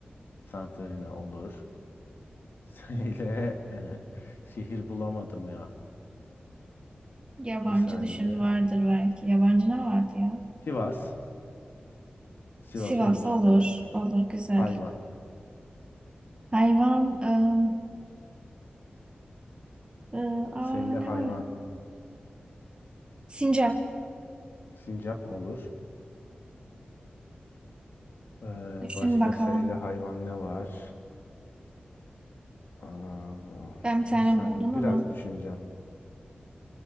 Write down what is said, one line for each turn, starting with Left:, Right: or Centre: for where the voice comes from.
Left: Santorini olur. Şeyde e, <laughs> şehir bulamadım ya.
Right: Yabancı
Left: Bir saniye.
Right: düşün vardır belki. Yabancı ne vardı ya?
Left: Sivas. Sivas
Right: Sivas
Left: olur.
Right: olur.
Left: Evet.
Right: Olur güzel.
Left: Hayvan.
Right: Hayvan. ım, ı, aa,
Left: Seyle
Right: ne
Left: hayvan.
Right: var? Sincap.
Left: Sincap olur. Ee,
Right: Düşün
Left: başka
Right: bakalım.
Left: seyle hayvan ne var? Aa,
Right: Ben bir
Left: bir
Right: tane
Left: saniye.
Right: buldum
Left: Biraz
Right: ama.
Left: düşüneceğim.